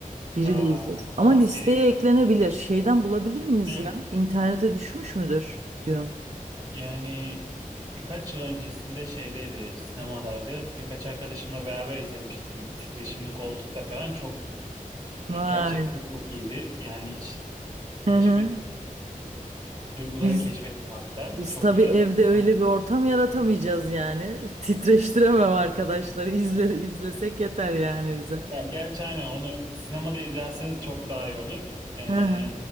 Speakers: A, on the right; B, on the right.
A: Biri
B: Aa,
A: de izleriz.
B: yani o zaman
A: Ama listeye
B: seri
A: eklenebilir. Şeyden bulabilir miyiz
B: yani.
A: ya? İnternete düşmüş müdür diyorsun.
B: Yani birkaç yıl öncesinde şeydeydi, sinemadaydı. Birkaç arkadaşımla beraber izlemiştim. Titreşimli koltukta falan çok
A: Vay.
B: gerçekten çok iyiydi. Yani hiç
A: Hı
B: keşfet
A: hı.
B: duyguları
A: Biz
B: keşfettim hatta.
A: biz
B: Çok
A: tabii
B: güzel
A: evde
B: bir sinema
A: öyle
B: deneyimi.
A: bir ortam yaratamayacağız yani. <laughs> Titreştiremem arkadaşları. İzle, izlesek yeter yani bize.
B: Ya gerçi aynen onu sinemada izlerseniz çok daha iyi olur. Ee,
A: Hı hı.